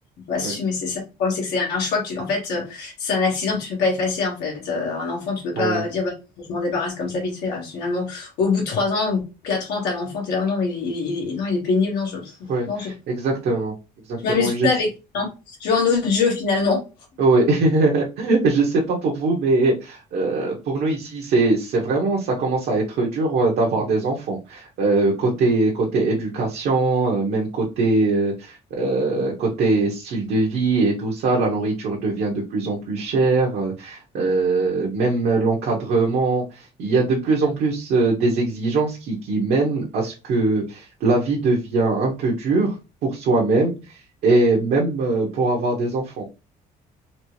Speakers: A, on the left; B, on the right.
A: faut assumer,
B: ouais,
A: c'est ça. Le problème, c'est que c'est un choix que tu. En fait, euh, c'est un accident que tu peux pas effacer, en fait. Euh, un enfant, tu peux
B: ouais,
A: pas euh, dire, bah, je m'en débarrasse comme ça vite fait. Là. Finalement, au bout de trois ans ou quatre ans, t'as l'enfant, t'es là, non, mais il, il- il- non, il est pénible. Non, je,
B: ouais,
A: non, je,
B: exactement, exactement.
A: je m'amuse
B: Je,
A: plus avec lui. non. Je vais en autre jeu, finalement.
B: Oui, <laughs> je sais pas pour vous, mais euh, pour nous ici, c'est c'est vraiment, ça commence à être dur euh, d'avoir des enfants. Euh, côté côté éducation, euh, même côté euh, euh, côté style de vie et tout ça, la nourriture devient de plus en plus chère. euh, euh, même l'encadrement, il y a de plus en plus euh, des exigences qui qui mènent à ce que la vie devient un peu dure pour soi-même et même euh, pour avoir des enfants.